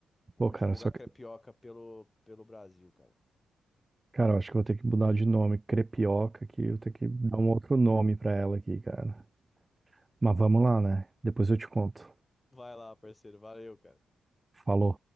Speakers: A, on the left; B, on the right.
A: Vamos
B: Pô, cara,
A: divulgar
B: só
A: crepioca
B: que,
A: pelo, pelo Brasil, cara.
B: cara, eu acho que eu vou ter que mudar de nome, crepioca, que eu tenho que dar um outro nome pra ela aqui, cara. Mas vamos lá, né? Depois eu te conto.
A: Vai lá, parceiro. Valeu, cara.
B: Falou.